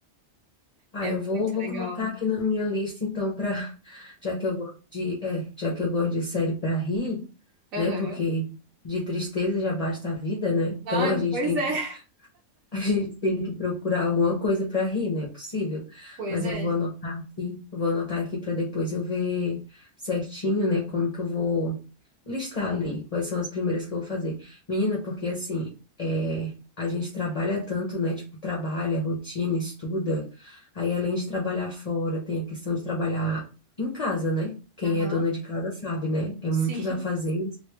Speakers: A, on the left; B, on the right.
A: Ah,
B: É
A: eu vou,
B: muito
A: vou
B: legal.
A: colocar aqui na minha lista, então, para <laughs> já que eu gosto de, é, já que eu gosto de série para rir,
B: Aham.
A: né? Porque de tristeza já basta a vida, né?
B: Ah,
A: Então a gente
B: pois
A: tem
B: é.
A: que a gente tem que procurar alguma coisa para rir, não é possível.
B: Pois
A: Mas
B: é.
A: eu vou anotar aqui, eu vou anotar aqui para depois eu ver certinho, né, como que eu vou listar ali, quais são as primeiras que eu vou fazer. Menina, porque assim, é, a gente trabalha tanto, né, tipo, trabalha, rotina, estuda. Aí além de trabalhar fora, tem a questão de trabalhar em casa, né? Quem
B: Aham.
A: é dona de casa sabe, né? É
B: Sim.
A: muitos afazeres.